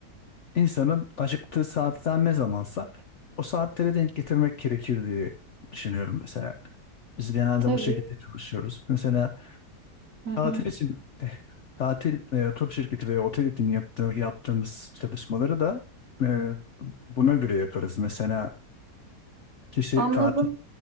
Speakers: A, on the left (about 55°); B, on the right (about 80°).
A: insanın acıktığı saatler ne zamansa o saatlere denk getirmek gerekir diye düşünüyorum mesela. Biz genelde
B: Tabii.
A: bu şekilde çalışıyoruz. Mesela
B: Hı hı.
A: Tatil için eh, tatil e, tur şirketi veya otel için yaptığı, yaptığımız çalışmaları da e, buna göre yaparız. Mesela kişi
B: Anladım.
A: tatil